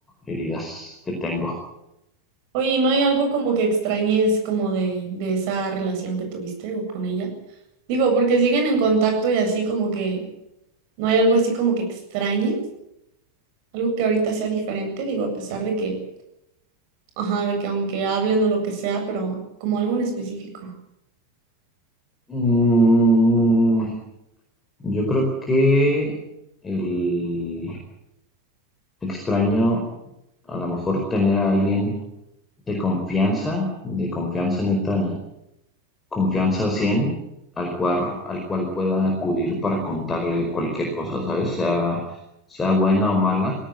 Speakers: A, on the left; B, on the right.
A: heridas que tengo.
B: Oye, ¿y ¿no hay algo como que extrañes como de, de esa relación que tuviste o con ella? Digo, porque siguen en contacto y así como que no hay algo así como que extrañes, algo que ahorita sea diferente, digo, a pesar de que, ajá, de que aunque hablen o lo que sea, pero como algo en específico.
A: Mm, yo creo que el extraño a lo mejor tener a alguien de confianza, de confianza neta confianza 100 al cual, al cual pueda acudir para contarle cualquier cosa, ¿sabes? Sea, sea buena o mala,